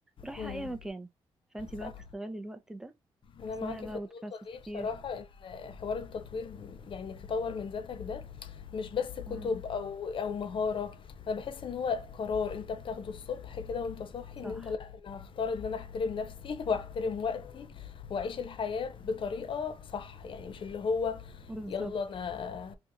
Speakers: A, in the centre; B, on the left (about 55°).
A: رايحه
B: إمم،
A: اي مكان فانتي بقى
B: صح،
A: تستغلي الوقت ده
B: أنا
A: تسمعي
B: معاكِ في
A: بقى
B: النقطة
A: بودكاست
B: دي
A: كتير
B: بصراحة إن حوار التطوير يعني إنك تطوّر من ذاتك ده مش بس كُتب
A: امم
B: أو أو مهارة، أنا باحس إن هو قرار أنت بتاخده الصبح كده وأنت صاحي
A: صح
B: إن أنت لأ، أنا هاختار إن أنا أحترم نفسي <laughs> وأحترم وقتي وأعيش الحياة بطريقة صح، يعني مش اللي هو
A: بالظبط
B: يالّا أنا